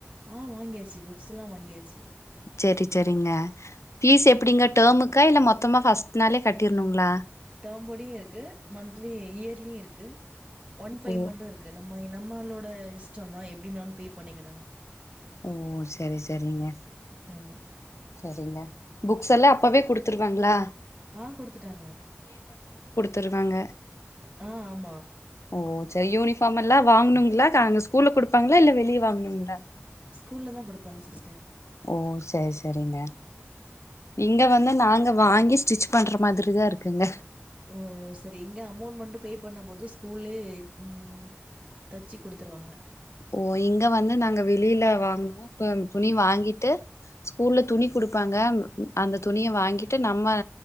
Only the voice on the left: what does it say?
சரி சரிங்க பீஸ் எப்படிங்க டேமுக்கா இல்ல மொத்தமா ஃபர்ஸ்ட் நாளே கட்டிருணுங்களா
ஓ
ஓ சரி சரிங்க
சரிங்க புக்ஸ் எல்லாம் அப்பவே குடுத்துருவாங்களா
தருவாங்க
ஓ செரி யூனிஃபார்ம்மெல்லா வாங்கணுங்களா அங்க ஸ்கூல்ல குடுப்பாங்களா இல்ல வெளிய வாங்கணுங்களா
ஓ செரி செரிங்க நீங்க வந்து நாங்க வாங்கி ஸ்டிச் பண்ற மாதிரி தான் இருக்குங்க
ஓ இங்க வந்து நாங்க வெளியில வாங்கனோம் இப்ப துணி வாங்கிட்டு ஸ்கூல்ல துணி குடுப்பாங்க அந்த துணிய வாங்கிட்டு நம்ம